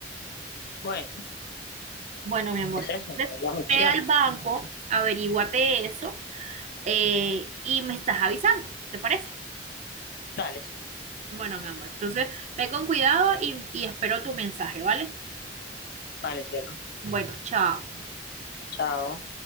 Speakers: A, on the left (about 60°); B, on the right (about 40°).
A: Bueno,
B: Bueno, mi amor,
A: es eso, ¿no?
B: entonces,
A: las opciones.
B: ve al banco, averíguate eso eh, y me estás avisando, ¿te parece?
A: Dale, sí, ¿no?
B: Bueno, mi amor, entonces ve con cuidado y, y espero tu mensaje, ¿vale?
A: Dale, sí, el
B: Bueno, chao.
A: Chao.